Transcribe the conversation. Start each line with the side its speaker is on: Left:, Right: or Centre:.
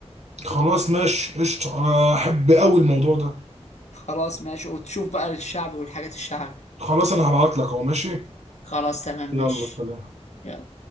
Right: خلاص ماشي قشطه انا احب قوي الموضوع ده
Left: خلاص ماشي وتشوف بقى الشعب والحاجات الشعب
Right: خلاص انا هبعت لك اهو ماشي
Left: خلاص تمام ماشي
Right: يلا سلام
Left: يلا